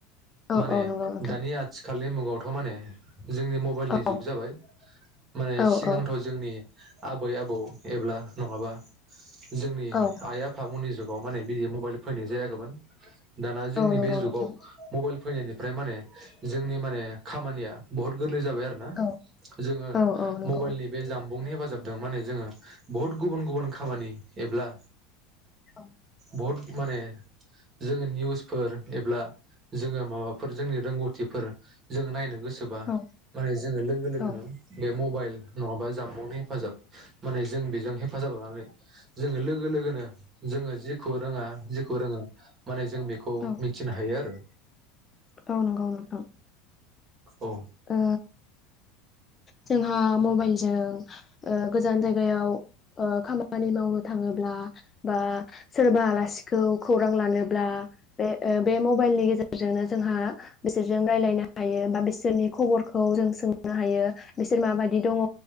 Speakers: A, on the left; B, on the right.
A: औ
B: माने
A: औ नंगौ नोंथां
B: दानि आथि खालनि मुगावथ' माने जोंनि मबाइलनि
A: औ
B: जुग जाबाय माने
A: औ
B: सिगांथ'
A: औ
B: जोंनि आबै आबौ एब्ला नङाबा जोंनि
A: औ
B: आइ आफामोननि जुग आव माने बिदि मबाइल फैनाय जायाखैमोन। दाना जोंनि
A: औ नंगौ
B: बे जुगाव
A: नोंथां
B: मबाइल फैनायनिफ्राय माने जोंनि माने खामानिया बहुत गोरलै जाबाय आरोना
A: औ
B: जोङो
A: औ औ नंगौ
B: मबाइलनि बे जाम बुंनि हेफाजाबजों माने जोङो बहुत गुबुन-गुबुन खामानि एब्ला
A: औ
B: बहत माने जोङो निउसफोर एब्ला जोङो माबाफोर जोंनि रोंगौथिफोर जों नायनो गोसो बा
A: औ
B: माने जोङो लोगो लोगोनो
A: औ
B: बे म बाइल नङाबा जानबुंनि हेफाजाब माने जों बेजों हेफाजाब लानानै जोङो लोग लोगो-लोगोनो जोङो जेखौ रोङा जेखौ रोङो माने जों बेखौ
A: औ
B: मिथिनो हायो आरो।
A: औ नंगौ नोंथां
B: औ
A: ओ जोंहा मबाइलजों ओ गोजान जायगायाव ओ खामानि मावनो थाङोब्ला बा सोरबा आलासिखौ खौरां लानोब्ला बे ओ बे मबाइलनि गेजेरजोंनो जोंहा बिसोरजों रायलायनो हायो बा बिसोरनि खबरखौ जों सोंनो हायो बिसोर माबायदि दङ